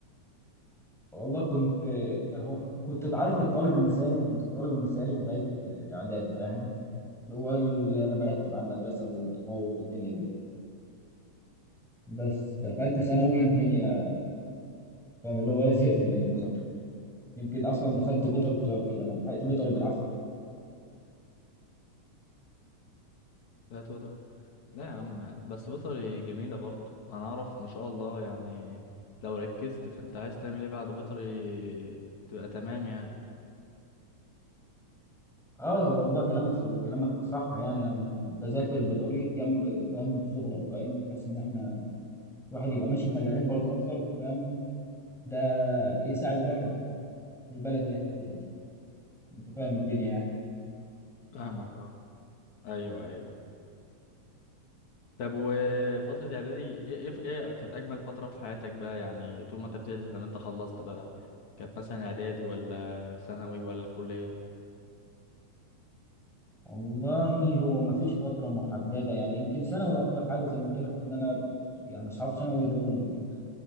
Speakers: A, in the centre; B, on the left.
A: والله كنت هو كنت تعرف الطالب المثالي كنت الطالب المثالي لغايه اعدادي فاهم اللي هو اللي انا برتب على المدرسه ومتفوق والدنيا دي بس دخلت ثانوي
B: تمام
A: الدنيا فاهم اللي هو إيه، زهقت من المذاكره يمكن اصلا دخلت بيطري بسبب كده انا لحقت بيطري بالعافيه
B: لا توتر لا يا عم بس بيطري جميلة برضو انا اعرف ما شاء الله يعني لو ركزت في انت عايز تعمل ايه بعد بيطري تبقى تمام يعني
A: اه والله كلامك في كلامك صح يعني انا بذاكر بطريق جنب فاهم شغل اونلاين بحيث ان احنا الواحد يبقى ماشي في مجالين برضو اكتر فاهم ده يساعد الواحد في البلد اللي احنا فيها دي انت فاهم الدنيا يعني
B: فاهمك اه ايوه ايوه طب وفترة إعدادي إيه, إيه, إيه كانت أجمل فترة في حياتك بقى يعني طول ما أنت بتدرس لما أنت خلصت بقى كانت مثلا إعدادي ولا ثانوي ولا الكلية؟
A: والله هو ما فيش فتره محدده يعني يمكن ثانوي اكتر حاجه زي ما قلت لك لان انا يعني اصحاب ثانوي دول